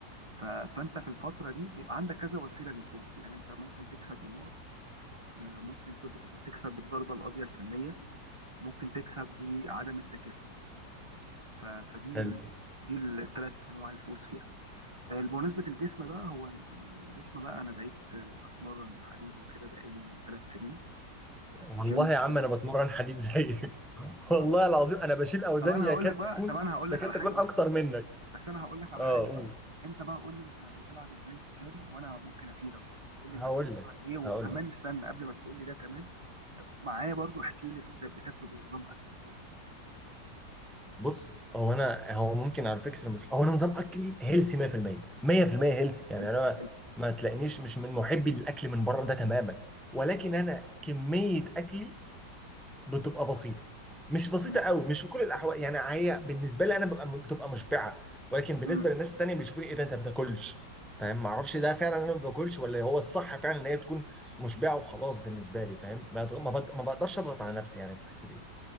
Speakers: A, on the right; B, in the centre.
A: ف- فانت في الفتره دي بيبقى عندك كذا وسيله للفوز يعني انت ممكن تكسب بالنقط آه، ممكن تض- تكسب بالضربه القاضيه الفنيه ممكن تكسب بعدم التكافؤ ف- فدي
B: حلو
A: ال- دي الثلاث انواع الفوز فيها آه، بمناسبة الجسم بقى هو ال- الجسم بقى أنا بقيت آه، أتمرن حديد وكده بقالي ثلاث سنين
B: والله
A: في الجيم بشكل
B: يا عم انا بتمرن حديد زيك <laughs> والله
A: أه
B: العظيم انا بشيل اوزان
A: طب أنا
B: يكاد
A: هقول لك بقى
B: تكون
A: طب أنا هقول
B: تكاد
A: لك على
B: تكون
A: حاجة بس
B: اكتر منك
A: بس أنا هقول لك على
B: اه
A: حاجة
B: قول
A: بقى أنت بقى قول لي أنت بتلعب إزاي في الجيم وأنا ممكن أفيدك برضه قول
B: هقول
A: لي أنت بتتمرن
B: لك
A: إيه وكمان
B: هقول لك
A: استنى قبل ما تقول لي ده كمان آه، معايا برضه احكي لي أنت بتاكل إيه نظام أكلك إيه وكده
B: بص هو انا هو ممكن على فكره مش هو انا نظام اكلي هيلسي 100% 100% هيلسي يعني
A: حلو
B: انا ما
A: حلو
B: ما تلاقينيش مش من محبي للاكل من بره ده تماما ولكن انا كميه اكلي بتبقى بسيطه مش بسيطه
A: مم.
B: قوي مش في كل الاحوال يعني هي بالنسبه لي انا ببقى بتبقى مشبعه ولكن بالنسبه
A: مم.
B: للناس التانيه بيشوفوني ايه ده انت ما بتاكلش فاهم ما اعرفش ده فعلا انا ما باكلش ولا هو الصح فعلا ان هي تكون مشبعه وخلاص بالنسبه لي فاهم ما أضغ- ما بض- ما بقدرش اضغط على نفسي يعني في الحته دي